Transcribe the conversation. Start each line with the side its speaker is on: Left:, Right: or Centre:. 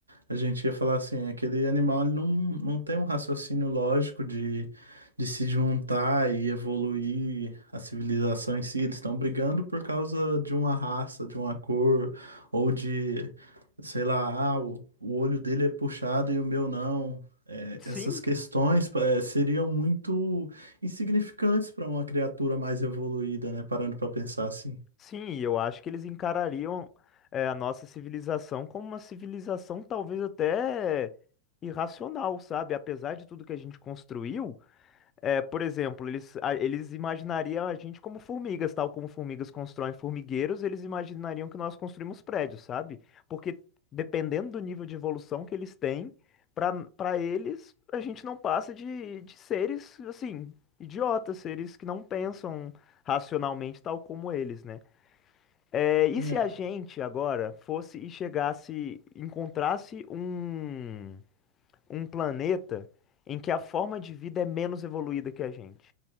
Right: a gente ia falar assim, aquele animal ele não, não tem um raciocínio lógico de, de se juntar e evoluir a civilização em si. Eles estão brigando por causa de uma raça, de uma cor, ou de, sei lá, ah, o, o olho dele é puxado e o meu não. É,
Left: Sim,
Right: essas questões é, seriam muito insignificantes para uma criatura mais evoluída, né? Parando para pensar assim.
Left: sim, e eu acho que eles encarariam é, a nossa civilização como uma civilização talvez até irracional, sabe? Apesar de tudo que a gente construiu. É, por exemplo, eles, a- eles imaginariam a gente como formigas, tal como formigas constroem formigueiros, eles imaginariam que nós construímos prédios, sabe? Porque dependendo do nível de evolução que eles têm, para para eles, a gente não passa de, de seres, assim, idiotas, seres que não pensam racionalmente, tal como eles, né? É, e
Right: É,
Left: se a gente agora fosse e chegasse, encontrasse um, um planeta em que a forma de vida é menos evoluída que a gente?